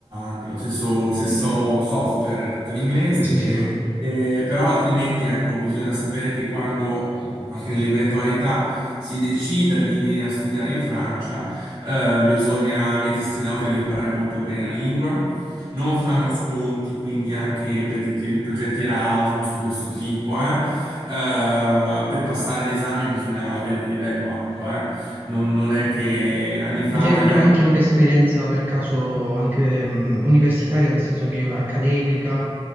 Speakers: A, on the right (about 40°); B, on the right (about 15°).
A: anche lo stesso, lo stesso software era tutto in inglese.
B: Sì, sì.
A: Eh, però altrimenti, ecco, bisogna sapere che quando, mh, anche nell'eventualità, si decida di venire a studiare in Francia, eh, bisogna mettersi in nell'ottica di imparare molto bene la lingua. Non fanno sconti, quindi anche per i tiri- progetti Erasmus di questo tipo, eh. Eh, per passare l'esame bisogna avere un livello alto, eh. Non, non è che anni fa
B: E te
A: magari...
B: hai avuto anche un'esperienza per caso anche mh, universitaria, nel senso che accademica,